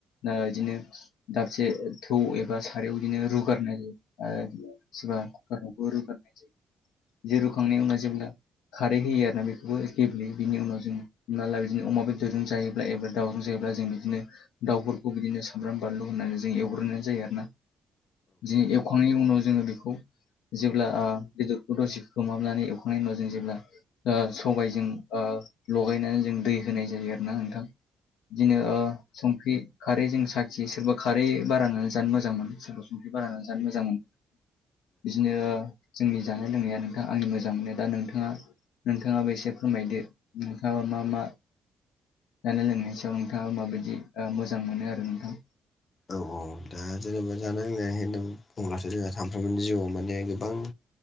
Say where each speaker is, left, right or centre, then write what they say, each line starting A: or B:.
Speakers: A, on the left (about 80°); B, on the left (about 45°).
A: दा इदिनो दाबसे थौ एबा सारायाव बिदिनो रुगारनाय जायो आरो सोरबा कुकाराव रुगारनाय जायो जे रुखांनायनि उनाव जेब्ला खारै होयो आरोना बेखौबो गेब्लेयो बिनि उनाव जों हमना ला बिदिनो अमा बेदरजों जायोब्ला एबा दाउजों जायोब्ला जों बिदिनो दाउफोरखौ बिदिनो सामब्राम बानलु होननानै जों एवग्रोनाय जायो आरोना बिदिनो एवखांनायनि उनाव जोङो बेखौ जेब्ला ओ बेदरखौ दसे खोमहाबनानै एवखांनायनि उनाव जों जेब्ला ओ सबायजों ओ लगायनानै जों दै होनाय जायो आरोना नोंथां। बिदिनो ओ संख्रि खारै जों साखियो सोरबा खारै बारानानै जानो मोजांमोनो सोरबा संख्रि बाराहोनानै जानो मोजां मोनो बिदिनो जोंनि जानाय लोंनाया नोंथां आंनि मोजां मोना दा नोंथाङा नोंथाङाबो एसे फोरमायदो नोंथाङा मा मा जानाय लोंनायनि सायाव नोंथाङा माबायदि मोजां मोनो आरो नोंथां
B: औ औ दा जेनेबा जानाय लोंनाय होनना बुंब्लाथ' जोंहा सानफ्रोमबोनि जिउआव माने गोबां